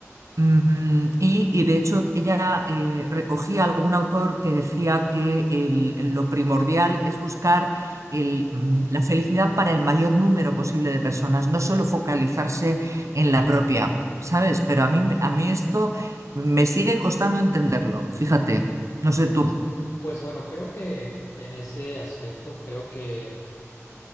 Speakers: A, on the right; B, on the left.
A: Mm, y, y de hecho ella eh, recogía algún autor que decía que el- lo primordial es buscar el, mm, la felicidad para el mayor número posible de personas, no solo focalizarse en la propia, ¿sabes? Pero a mí, me- a mí esto me sigue costando entenderlo, fíjate, no sé tú.
B: Pues bueno, creo que en ese aspecto, creo que